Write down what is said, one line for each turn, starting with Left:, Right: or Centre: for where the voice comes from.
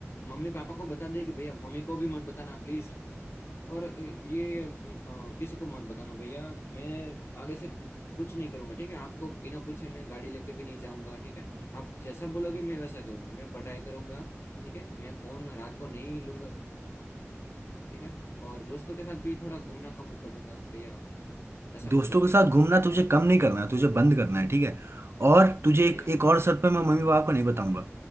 Left: मम्मी पापा को बता दे कि भैया मम्मी को भी मत बताना प्लीज और ये अम, अ, किसी को मत बताना भैया मैं आगे से कुछ नहीं करूंगा ठीक है आपको बिना पूछे मैं गाड़ी लेके भी नहीं जाऊंगा ठीक है आप जैसा बोलोगे मैं वैसा करूंगा मैं पढ़ाई करूंगा ठीक है मैं फोन रात को नहीं लूंगा ठीक है और दोस्तों के साथ भी थोड़ा घूमना कम कर दूंगा भैया ऐसा
Right: दोस्तों
Left: मत करो
Right: के
Left: भैया
Right: साथ घूमना तुझे कम नहीं करना है तुझे बंद करना है ठीक है और तुझे
Left: भैया
Right: एक एक और शर्त पे मैं मम्मी पापा को नहीं बताऊंगा